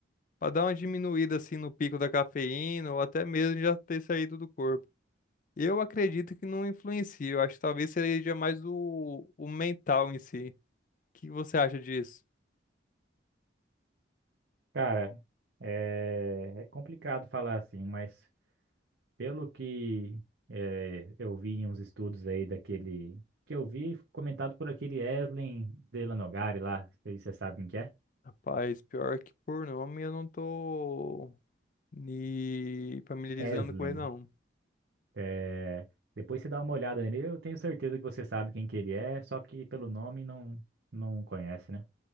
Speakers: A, on the left; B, on the right.
A: pra dar uma diminuída, assim, no pico da cafeína ou até mesmo já ter saído do corpo. Eu acredito que não influencia. Eu acho que talvez seja mais o, o mental em si. O que você acha disso?
B: Cara, É, é complicado falar assim, mas pelo que é, eu vi em uns estudos aí daquele. Que eu vi comentado por aquele Eslen Delanogari lá, se você sabe quem que é?
A: Rapaz, pior que por nome eu não tô me familiarizando
B: Eslen.
A: com ele, não.
B: É, depois você dá uma olhada nele, eu tenho certeza que você sabe quem que ele é, só que pelo nome não, não conhece, né?